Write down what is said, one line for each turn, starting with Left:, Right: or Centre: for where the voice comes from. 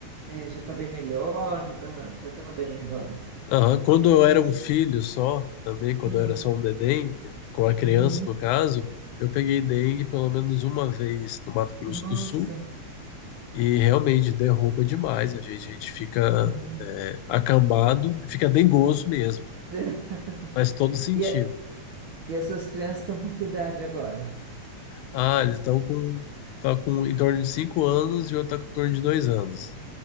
Right: já tá bem melhor, já está já tá bem agora.
Left: Aham. Quando
Right: E,
Left: eu era um filho
Right: e-
Left: só, também, quando
Right: hum,
Left: eu era só um neném, com a criança
Right: uhum.
Left: no caso, eu peguei dengue pelo menos uma vez no Mato Grosso
Right: Nossa.
Left: do Sul e realmente derruba demais a gente. A gente fica
Right: Uhum.
Left: é, acambado e fica dengoso mesmo,
Right: <laughs>
Left: faz todo sentido.
Right: E, a- e as suas crianças estão com que idade agora?
Left: Ah, eles estão com, tá com em torno de cinco anos e outro tá com em torno de dois anos.